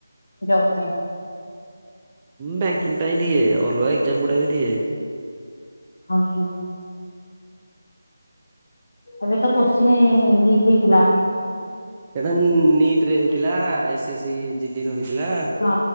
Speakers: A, on the left (about 55°); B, on the right (about 20°).
A: ଯବ୍ ପାଇଁ।
B: ବ୍ୟାଙ୍କିଙ୍ଗ ପାଇଁ ଦିଏ ଅଲଗା ଏକ୍ଜାମ ଗୁଡା ବି ଦିଏ।
A: ହଁ ହଁ। ଏବେ ତ କୋଶ୍ଚିିନ ଲିକ ହେଇଥିଲା।
B: ସେଇଟା ନିଟିରେ ହେଇଥିଲା ଏସ୍ ଏସ୍ ସି ଜିଡି ର ହେଇଥିଲା
A: ହଁ